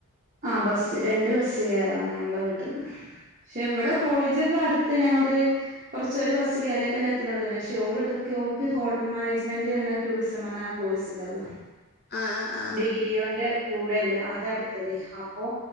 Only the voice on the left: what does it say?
ആഹ്
ആഹ് ആഹ്